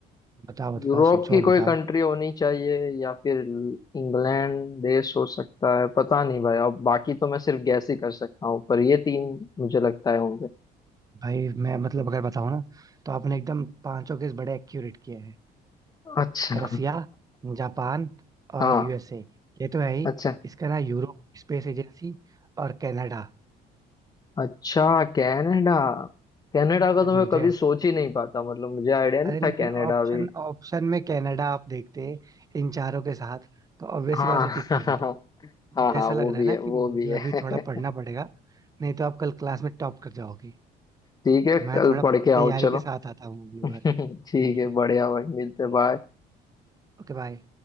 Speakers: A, on the right; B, on the left.
A: बताओ बताओ
B: यूरोप
A: सोचो
B: की
A: और
B: कोई
A: बताओ
B: कंट्री होनी चाहिए या फिर इंग्लैंड देश हो सकता है पता नहीं भाई अब बाकी तो मैं सिर्फ गैस ही कर सकता हूँ पर ये तीन मुझे लगता है होंगे
A: भाई मैं मतलब अगर बताऊँ ना तो आपने एकदम पांचों केस बड़े एक्यूरेट किए हैं
B: अच्छा
A: रसिया जापान
B: <laughs>
A: और
B: हाँ
A: यूएसए ये तो है ही
B: अच्छा
A: इसका ना यूरोप स्पेस एजेंसी और कनाडा
B: अच्छा कनाडा कनाडा का
A: भाई
B: तो मैं
A: मुझे
B: कभी
A: ऐसा-
B: सोच ही नहीं पाता मतलब मुझे आइडिया नहीं
A: अरे लेकिन
B: था कनाडा
A: ऑप्शन
B: भी
A: ऑप्शन में कनाडा आप देखते इन चारों के साथ तो ऑब्वियस
B: हाँ
A: सी बात है टिक कर देते
B: <laughs> हाँ
A: मुझे
B: हाँ
A: ऐसा
B: वो
A: लग रहा
B: भी
A: है ना
B: है
A: कि
B: वो
A: मुझे
B: भी
A: अभी
B: है
A: थोड़ा
B: <laughs>
A: पढ़ना पड़ेगा नहीं तो आप कल क्लास में टॉप कर जाओगे
B: ठीक है
A: मैं
B: कल
A: थोड़ा
B: पढ़ के आओ
A: तैयारी
B: चलो
A: के साथ आता हूँ अगली
B: <laughs> ठीक
A: बार ठीक
B: है
A: है
B: बढ़िया भाई मिलते
A: ठीक
B: बाय
A: है Okay bye